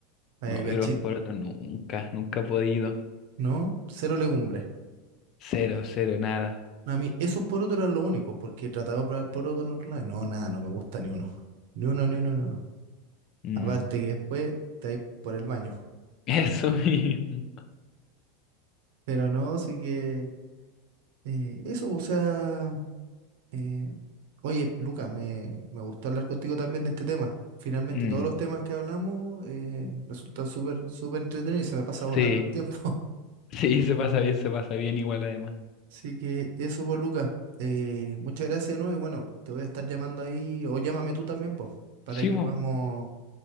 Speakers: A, on the right; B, on the left.
A: Eh,
B: No,
A: cachí,
B: yo los porotos nunca, nunca he podido.
A: ¿no? Cero legumbres.
B: Cero, cero, nada.
A: No, a mí esos porotos eran los únicos, porque he tratado de probar porotos en otro lado. y No, nada, no me gusta ni uno. Ni uno, ni uno, ni uno.
B: Mm,
A: Aparte
B: <laughs>
A: que después te vais por el baño.
B: Eso mismo.
A: Pero no, sí que... Eh, eso, o sea, eh, oye, Luca, me, me gustó hablar contigo también de este tema. Finalmente,
B: Mm,
A: todos los temas que hablamos eh, resultan súper, súper entretenidos y se me pasa volando
B: Sí,
A: el tiempo.
B: sí, se pasa bien, se pasa bien igual además.
A: <laughs> Así que eso, por Luca. Eh, muchas gracias, ¿no? Y bueno, te voy a estar llamando ahí, o llámame tú también, pues, para
B: Sí,
A: que
B: vos.
A: podamos,